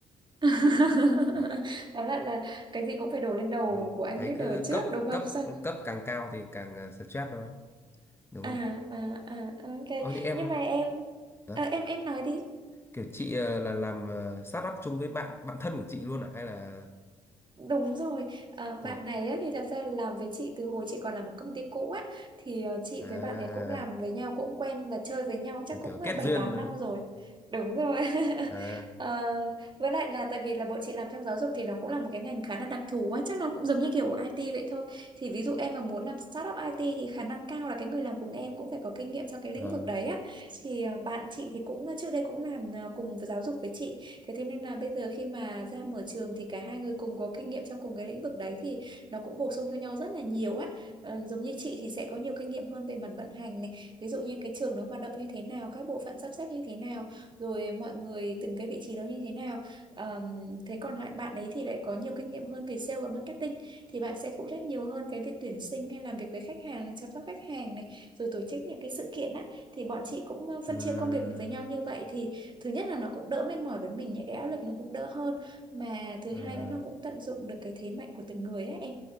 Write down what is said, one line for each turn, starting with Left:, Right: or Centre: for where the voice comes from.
Right: <laughs>
Left: Vâng,
Right: Tóm lại là cái gì cũng phải đổ lên đầu
Left: đúng không?
Right: của anh
Left: Thấy
Right: leader
Left: cứ
Right: trước
Left: cấp
Right: đúng không?
Left: cấp
Right: Xong
Left: cấp càng cao thì càng ờ, stress thôi, đúng
Right: à
Left: không?
Right: à à ok.
Left: Ơ như em
Right: Nhưng mà em
Left: đó,
Right: ờ, em em nói đi.
Left: kiểu chị ờ, là làm ờ, start up chung với bạn bạn thân của chị luôn à hay là
Right: Đúng rồi, à, bạn
Left: ôi
Right: này á, thì thật ra là làm với chị từ hồi chị còn làm một công ty cũ á thì ờ, chị
Left: à
Right: với bạn ấy cũng làm với nhau cũng quen và chơi với nhau chắc cũng
Left: kiểu
Right: ờ,
Left: kết
Right: bảy
Left: duyên
Right: tám
Left: ờ,
Right: năm rồi. Đúng rồi. <laughs>
Left: à
Right: Ờ, với lại là tại vì là bọn chị làm trong giáo dục thì nó cũng là một cái ngành khá là đặc thù á, chắc nó cũng giống như kiểu IT vậy thôi. Thì ví dụ em mà muốn làm startup IT thì khả năng cao là cái người làm cùng em cũng phải có kinh nghiệm trong cái lĩnh
Left: vâng.
Right: vực đấy á. Thì ờ, bạn chị thì cũng trước đây cũng làm ờ, cùng với giáo dục với chị Thế thế nên là bây giờ khi mà ra mở trường thì cả hai người cùng có kinh nghiệm trong cùng cái lĩnh vực đấy thì nó cũng bổ sung cho nhau rất là nhiều á. Ờ, giống như chị thì sẽ có nhiều kinh nghiệm hơn về mặt vận hành này, ví dụ như cái trường nó hoạt động như thế nào, các bộ phận sắp xếp như thế nào, rồi mọi người từng cái vị trí đó như thế nào. Ờm, thế còn lại bạn ấy thì lại có nhiều kinh nghiệm hơn về sale và marketing thì bạn sẽ phụ trách nhiều hơn cái việc tuyển sinh hay làm việc với khách hàng, chăm sóc khách hàng này, rồi tổ chức những cái sự kiện á thì bọn chị cũng ờ, phân
Left: Ừm,
Right: chia công việc với nhau như vậy thì thứ nhất là nó cũng đỡ mệt mỏi với mình những cái áp lực nó cũng đỡ hơn mà thứ
Left: ờ,
Right: hai nữa nó cũng tận dụng được cái thế mạnh của từng người á em